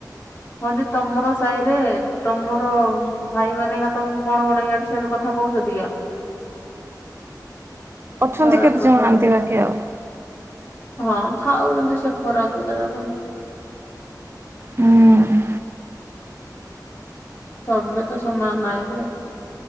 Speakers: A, on the left (about 35°); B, on the right (about 35°).
A: ହଁ ଯେ ତମର ସାହି ରେ ତମର ଭାଇ ମାନେ କା ତମକୁ କଣ କଣ ଇଆଡେ ସିଆଡେ କଥା କହୁଛନ୍ତି କା
B: ଅଛନ୍ତି
A: ଖରାପ
B: କେତେ
A: କଥା
B: ଜଣ ଏମିତି ବାକି ଆଉ।
A: ହଁ ଥାଉଛନ୍ତି ସେ ଖରାପ ପିଲା ଯାକ।
B: ହୁଁ।
A: ସମେତ ସମାନ ନହିଁ ତ।